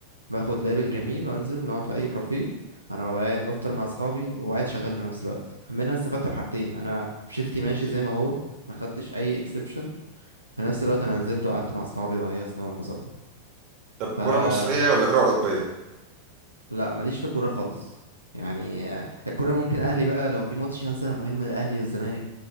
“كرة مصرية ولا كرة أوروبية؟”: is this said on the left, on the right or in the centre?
Right